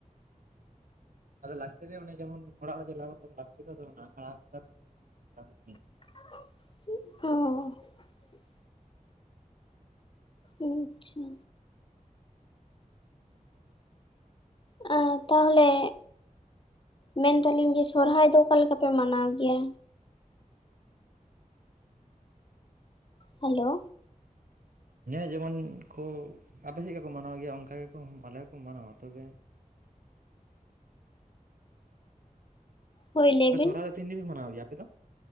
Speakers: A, on the right (about 80°); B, on the left (about 35°).
A: ᱟᱫᱚ ᱞᱟᱥᱴ ᱨᱮ ᱡᱮᱢᱚᱱ ᱚᱲᱟᱜ <inaudible> ᱪᱟᱞᱟᱣ ᱠᱟᱛᱮ ᱞᱟᱥᱴ ᱨᱮ ᱟᱠᱷᱲᱟ ᱠᱟᱫᱟ <inaudible>
B: <inaudible> ᱟᱪᱪᱷᱟ
A: <inaudible>
B: <inaudible> ᱛᱟᱦᱚᱞᱮ ᱢᱮᱱᱫᱟᱞᱤᱧ ᱡᱮ ᱥᱚᱨᱦᱟᱭ ᱫᱚ ᱚᱠᱟ ᱞᱮᱠᱟᱯᱮ ᱢᱟᱱᱟᱣ ᱜᱮᱭᱟ ᱦᱮᱞᱳ
A: <inaudible> ᱡᱮᱢᱚᱱ ᱠᱚ ᱟᱯᱮ <inaudible> ᱠᱚ ᱢᱟᱱᱟᱣ ᱜᱮᱭᱟ ᱚᱱᱠᱟ ᱜᱮᱠᱚ ᱟᱞᱮ ᱦᱚᱸᱠᱚ ᱢᱟᱱᱟᱣᱟ ᱛᱚᱵᱮ
B: ᱦᱳᱭ ᱞᱟᱹᱭ
A: ᱟᱯᱮ
B: ᱵᱤᱱ
A: ᱥᱚᱨᱦᱟᱭ ᱫᱚ ᱛᱤᱱ ᱫᱤᱱ <inaudible> ᱢᱟᱱᱟᱣ ᱜᱮᱭᱟ ᱟᱯᱮ ᱫᱚ